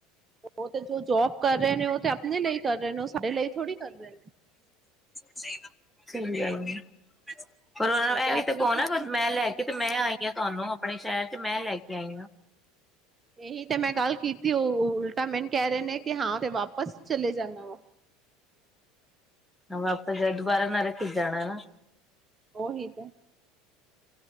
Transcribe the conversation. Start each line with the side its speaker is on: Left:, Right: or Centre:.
Right: ਉਹ ਤੇ ਜੋ ਜੋਬ ਕਰ ਰਹੇ ਨੇ ਉਹ ਤੇ ਅਪਣੇ ਲਈ ਕਰ ਰਹੇ ਨੇ, ਉਹ ਸਾਡੇ ਲਈ ਥੋੜੀ ਕਰ ਰਹੇ ਨੇ।
Centre: ਸਹੀ ਗੱਲ ਏ। ਪਰ ਉਹਨਾਂ
Right: ਉਹ
Centre: ਨੂੰ ਐ
Right: ਆਪਣੇ
Centre: ਵੀਂ ਤੇ ਕਹੋ ਨਾ,
Right: ਖਾਣ ਪੀਣ
Centre: ਮੈਂ ਲੈ
Right: ਦੀ
Centre: ਕੇ ਤੇ ਮੈਂ ਆਈ ਯਾ ਤੁਹਾਨੂੰ ਅਪਣੇ ਸ਼ਹਿਰ ਚ ਮੈਂ ਲੈ ਕੇ ਆਈ ਹਾਂ
Right: ਇਹੀ ਤੇ ਮੈਂ ਗੱਲ ਕੀਤੀ, ਉਹ ਉਲਟਾ ਮੈਨੂੰ ਕਹ ਰਹੇ ਨੇ ਕਿ ਹਾਂ ਤੇ ਵਾਪਸ ਚਲੇ ਜਾਣਾ ਵਾ
Centre: ਵਾਪਸ ਜਾ, ਦੁਬਾਰਾ ਨਰਕ ਚ ਜਾਣਾ ਏ ਨਾ।
Right: ਉਹੀ ਤੇ।